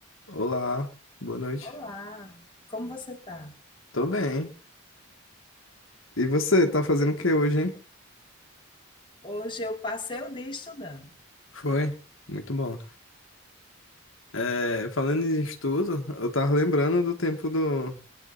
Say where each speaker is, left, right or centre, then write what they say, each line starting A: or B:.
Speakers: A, on the left; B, on the left.
A: Olá, boa noite.
B: Olá, como você está?
A: Tô bem. E você, tá fazendo o que hoje, hein?
B: Hoje eu passei o dia estudando.
A: Foi, muito bom. É, falando em estudo, eu tava lembrando do tempo do,